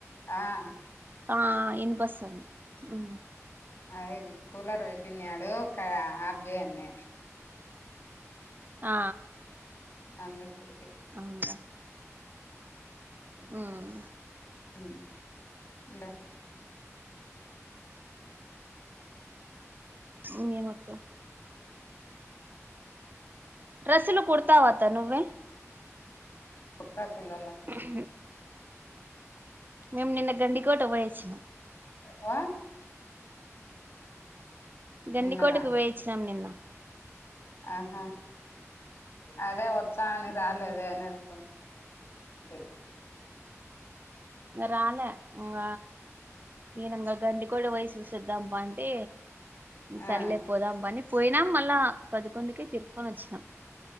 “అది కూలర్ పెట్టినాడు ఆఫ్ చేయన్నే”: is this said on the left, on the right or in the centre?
Left